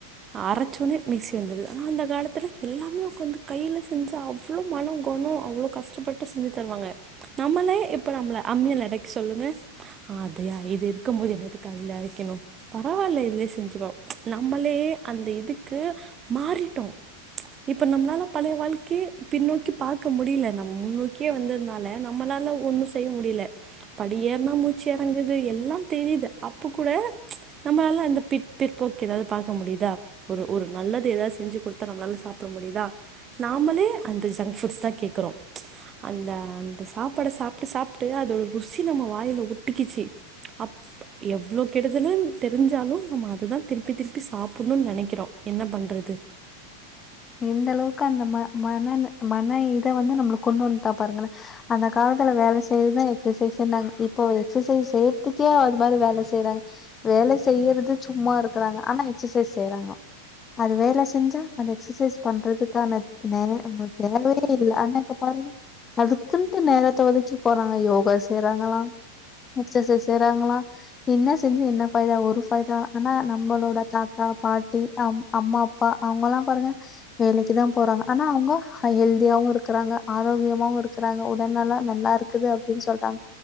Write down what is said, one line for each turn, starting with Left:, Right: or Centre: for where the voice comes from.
Right: அரைச்சோனே மிக்சி வந்துடுது ஆன அந்த காலத்துல எல்லாமே உக்காந்து கைல செஞ்ச அவ்ளோ மணோ குணோ அவ்ளோ கஷ்டப்பட்டு செஞ்சு தருவாங்க நம்மளே இப்ப நம்ப்ள அம்மில அரைக்க சொல்லுங்க அதயா இது இருக்கும் போது என்னதுக் கைல அரைக்கணு பரவாயில்ல இதுலயே செஞ்சுகோ ச்ச் நம்பளே அந்த இதுக்கு மாறிட்டோ ச்ச் இப்ப நம்ப்ளால பழைய வாழ்க்கையே பின்னோக்கி பார்க்க முடியில நம்ம முன்னோக்கியே வந்தத்னால நம்மளால ஒன்னு செய்ய முடில படி ஏற்னா மூச்சு எறங்குது எல்லா தெரிது அப்போ கூட ச்ச் நம்மளால அந்த பிற் பிற்போக்கு எதாவ்து பாக்க முடியுதா ஒரு ஒரு நல்லது எதாவ் செஞ்சு கொட்த்தா நம்மளால சாப்பிட முடியுதா நாமளே அந்த ஜங்க் ஃபுட்ஸ் தா கேக்குறோ ச்ச் அந்த அந்த சாப்பாட சாப்ட்டு சாப்ட்டு அதோட ருசி நம்ம வாயில ஒட்டிக்குச்சு அப் எவ்ளோ கெடுதலன்னு தெரிஞ்சாலும் நம்ம அத தா திருப்பி திருப்பி சாப்புன்னு நெனைக்கிறோ என்ன பண்றது
Left: எந்த அளவுக்கு அந்த ம மன இத வந்து நம்ப்ளுக் கொண்டு வந்துட்டா பாருங்களே அந்த காலத்துல வேல செய்யறத்தா எக்சசைஸ்னாங்க இப்ப எக்சசைஸ் செய்ற்துக்கே அது மார வேல செய்றாங்க வேல செய்யறது சும்மா இருக்கிறாங்க ஆனா எக்சசைஸ் செய்றாங்களா அது வேல செஞ்சா அந்த எக்சசைஸ் பண்றதுக்கான நே ம் தேவயே இல்ல ஆனா இப்ப பாருங்க அதுக்குன்ட்டு நேரத்த ஒதுக்கி போறாங்க யோகா செய்றாங்களா எக்சசைஸ் செய்றாங்களா என்ன செஞ்சு என்ன <unintelligible> ஒரு <unintelligible> ஆனா நம்பளோட தாத்தா பாட்டி அம் அம்மா அப்பா அவுங்களா பாருங்க வேலைக்கு தா போறாங்க ஆனா அவுங்க ஹெல்தியாவு இருக்கறாங்க ஆரோக்கியமாவு இருக்குறாங்க உடல் நலோ நல்லா இருக்குது அப்டின் சொல்றாங்க